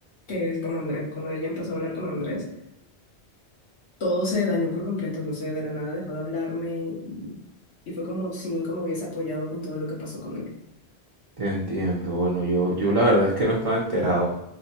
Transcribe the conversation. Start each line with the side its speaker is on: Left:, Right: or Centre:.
Left: que es con Andrés. Cuando ella empezó a hablar con Andrés, todo se dañó por completo. No sé, de la nada dejó de hablarme y, y fue como si nunca me hubiese apoyado con todo lo que pasó con él.
Right: Te entiendo. Bueno, yo, yo la verdad es que no estaba enterado.